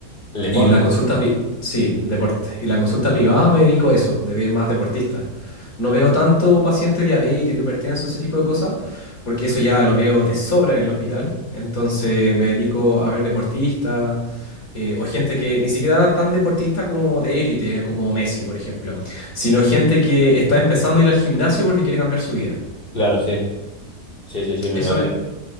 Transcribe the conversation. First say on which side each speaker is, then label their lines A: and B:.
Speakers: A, on the left; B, on the left.
A: El deporte.
B: Y la consulta, pi- sí, deporte. Y la consulta privada me dedico a eso, de ver más deportistas. No veo tanto pacientes diabéticos, hipertensos, ese tipo de cosas, porque eso ya lo veo de sobra en el hospital. Entonces me dedico a ver deportistas eh, o gente que ni siquiera tan deportista como de élite, como Messi, por ejemplo, sino gente que está empezando a ir al gimnasio porque quiere cambiar su vida.
A: Claro, sí. Sí, sí, sí, me
B: Eso
A: imagino.